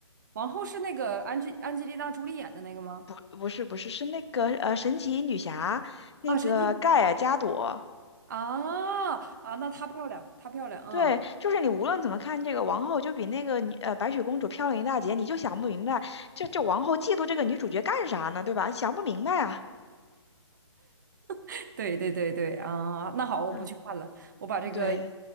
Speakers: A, on the right; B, on the left.
A: 王后是那个安吉安吉丽娜朱莉演的那个吗？
B: 不是不是，是那个呃神奇女侠，那个盖尔加朵。
A: 啊，神奇啊啊，那她漂亮，她漂亮，嗯，
B: 对，就是你无论怎么看这个王后，就比那个女呃白雪公主漂亮一大截，你就想不明白，这这王后嫉妒这个女主角干啥呢？对吧？想不明白啊。
A: <laughs> 对对对对啊，那好，我不去看了，
B: 嗯，
A: 我把这个，
B: 对，